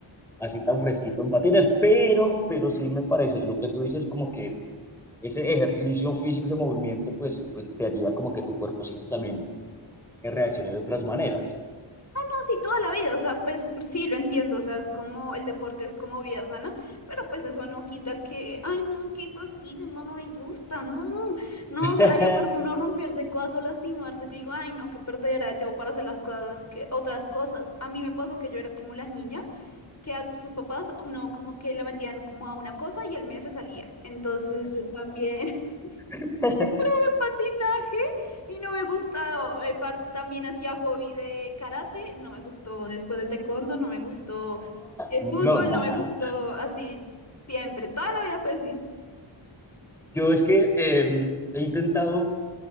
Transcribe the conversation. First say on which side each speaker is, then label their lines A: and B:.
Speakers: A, in the centre; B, on the left.
A: así tan fresquito en patines, pero, pero sí me parece, lo que tú dices como que ese ejercicio físico, ese movimiento, pues, pues te ayuda como que tu cuerpocito también eh, reaccione de otras maneras.
B: Ah, no, sí, toda la vida, o sea, pues sí, lo entiendo, o sea, es como el deporte es como vida sana, pero pues eso no quita que, ay, no, qué fastidio, no, no me gusta, no, no,
A: <laughs>
B: o sea, y aparte uno romperse cosas o lastimarse, yo digo, ay, no, qué perdera de tiempo para hacer las cosas, que otras cosas. A mí me pasó que yo era como la niña que a sus papás uno como que la metían como a una cosa y el mes se salía, entonces yo también. <laughs>
A: <laughs>
B: patinaje y no me gustó. eh, par- también hacía hobby de karate, no me gustó. Después de taekwondo, no me gustó. El
A: No,
B: fútbol,
A: nada.
B: no me gustó. Así, siempre, toda la vida, pues sí.
A: Yo es que eh, he intentado